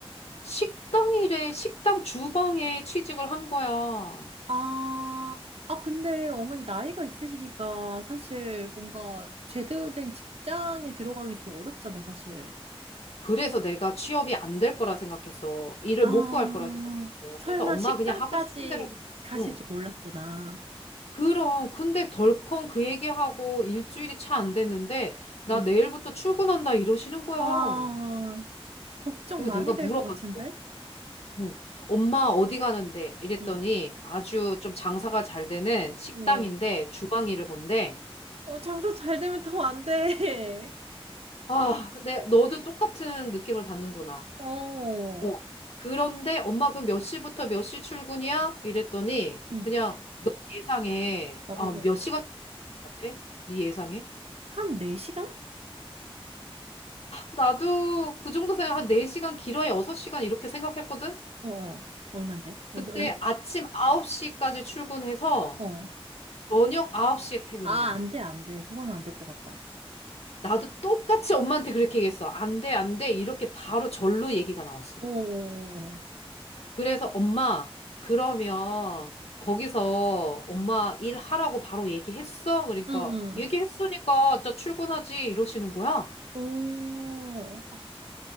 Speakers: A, on the left; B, on the right.
A: 식당 일에, 식당 주방에 취직을 한 거야.
B: 아, 아, 근데 어머니 나이가 있으시니까 사실 뭔가 제대로 된 직장에 들어가기 좀 어렵잖아, 사실.
A: 그래서 내가 취업이 안 될 거라 생각했어. 일을
B: 아,
A: 못 구할 거라 생각했어.
B: 설마
A: 그래서 엄마
B: 식당까지
A: 그냥 하고 싶은 대로 해.
B: 가실
A: 응.
B: 줄 몰랐구나.
A: 그럼 근데 덜컹 그 얘기하고 일주일이 차 안 됐는데 나
B: 응.
A: 내일부터 출근한다 이러시는 거야.
B: 아, 걱정
A: 그래서
B: 많이
A: 내가 물어봤어.
B: 될 것 같은데?
A: 응. 엄마 어디 가는데? 이랬더니
B: 응.
A: 아주 좀 장사가 잘 되는 식당인데
B: 응, 어,
A: 주방 일을 본대.
B: 어, 장사 잘 되면 더 안 돼.
A: 아, 내 너도 똑같은 느낌을 받는구나.
B: <laughs> 어,
A: 어. 그런데 엄마 그럼 몇 시부터 몇 시 출근이야? 이랬더니
B: 응.
A: 그냥 너 예상해.
B: 어, 어,
A: 아,
B: 어.
A: 몇 시간 줄것 같아? 네 예상해?
B: 한 4시간?
A: 나도 그 정도 생각 한 4시간 길어야 6시간 이렇게 생각했거든?
B: 어, 어. 얼만데? 얼마,
A: 그때 아침 9시까지 출근해서
B: 어.
A: 저녁 9시에 퇴근이야.
B: 아, 안 돼, 안 돼. 그건 안 될 것 같다.
A: 나도 똑같이 엄마한테 그렇게 얘기했어. 안 돼, 안 돼. 이렇게 바로 절로 얘기가 나왔어.
B: 어, 어, 어. 어.
A: 그래서 엄마, 그러면 거기서 엄마 일하라고 바로 얘기했어? 그러니까
B: 응,
A: 얘기했으니까 저 출근하지 이러시는 거야.
B: 응. 어, 아,